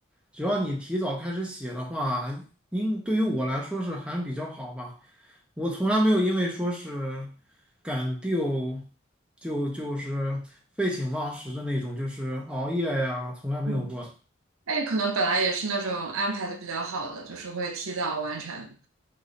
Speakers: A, in the centre; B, on the right.
A: 只要你提早开始写的话，应对于我来说是还比较好吧。我从来没有因为说是赶 d e 就就是废寝忘食的那种，就是熬夜呀，从来没有过。
B: 嗯。那你可能本来也是那种安排的比较好的，就是会提早完成。